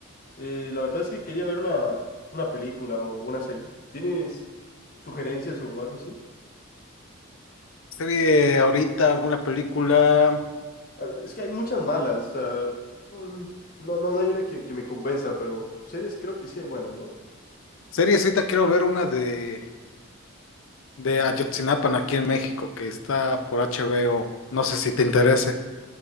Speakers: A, on the left (about 40°); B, on the left (about 70°).
A: Eh, la verdad es que quería ver una, una película o una serie. ¿Tienes sugerencias o algo así?
B: ¿Serie ahorita, alguna película?
A: Ah, Es que hay muchas malas. ah, mm, no, no, no hay una que, que me convenza, pero series creo que sí hay buenas, ¿no?
B: Series ahorita quiero ver una de, de Ayotzinapa aquí en México, que está por HBO. No sé si te interese.